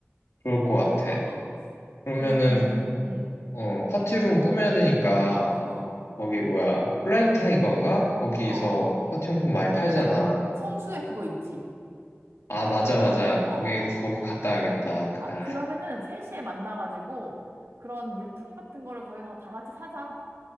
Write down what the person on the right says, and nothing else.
어, 어.
그러면은, 응,
어, 어,
어, 어.
어, 성수에 그거 있지.
어,
어.
아, 그러면은 3시에 만나가지고 그런 물품 같은 거를 거기 가서 다 같이 사자.